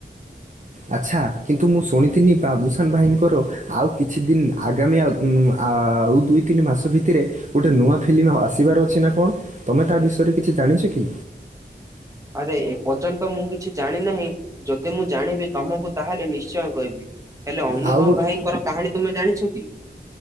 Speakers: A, on the right; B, on the right.
A: ଆଚ୍ଛା କିନ୍ତୁ ମୁଁ ଶୁଣିଥିନି ବାବୁସାନ ଭାଇଙ୍କର ଆଉ କିଛି ଦିନ ଆଗାମୀ ଆଉ ଉଁ ଆଉ ଦୁଇ ତିନି ମାସ ଭିତରେ ଗୋଟେ ନୂଆ ଫି ଫିଲ୍ମ ଆସିବାର ଅଛି ନା କଣ ତୁମେ ତା ବିଷୟରେ କିଛି ଜାଣିଛ କି?
B: ଆରେ ଏପର୍ଯ୍ୟନ୍ତ ମୁଁ କିଛି ଜାଣି ନାହିଁ। ଯଦି ମୁଁ ଜାଣିବି ତମକୁ ତାହେଲେ ନିଶ୍ଚୟ କହିବି। ହେଲେ ଅନୁଭବ
A: ଆଉ ଗୋଟେ
B: ଭାଇଙ୍କର କାହାଣୀ ତୁମେ ଜାଣିଛ କି।